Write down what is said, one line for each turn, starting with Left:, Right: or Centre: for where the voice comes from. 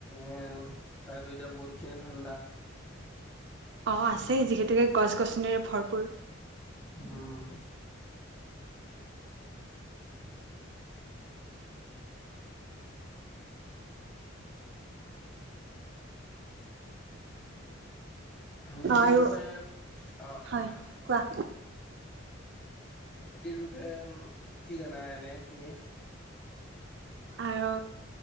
Centre: এ তাতেটো এতিয়া বহুত খিনি ঠাণ্ডা।
Right: অঁ', আছেই যিহেতুকে গছ গছনিৰে ভৰপূৰ।
Centre: হম্। ধান খেতিৰ
Right: অ আৰু
Centre: বিষয়ে অ'
Right: হয় কোৱা?
Centre: খেতিৰ বিষয়ে কি জানা এনে তুমি?
Right: আৰু